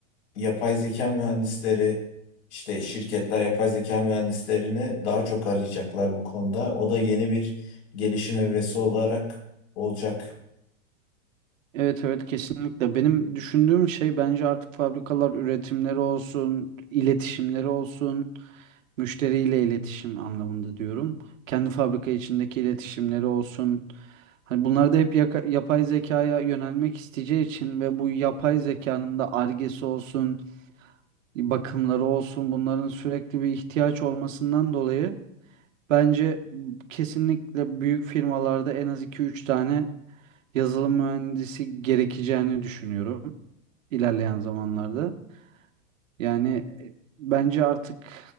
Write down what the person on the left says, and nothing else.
yapay zeka mühendisleri işte şirketler yapay zeka mühendislerini daha çok arayacaklar bu konuda. O da yeni bir gelişim evresi olarak olacak.